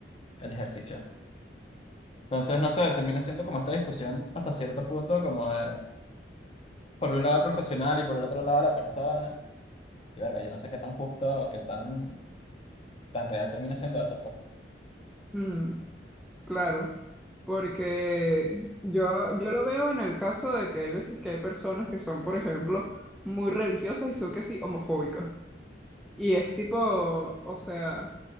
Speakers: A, on the left; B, in the centre.
A: el ejercicio. Entonces, no sé, termina siendo como esta discusión hasta cierto punto, como de, por un lado el profesional y por el otro lado la persona. Y verga, yo no sé qué tan justo o qué tan, tan real termina siendo eso, pues.
B: Mm, claro, porque yo, yo lo veo en el caso de que hay veces que hay personas que son, por ejemplo, muy religiosas y son que sí homofóbicas. Y es tipo, o sea,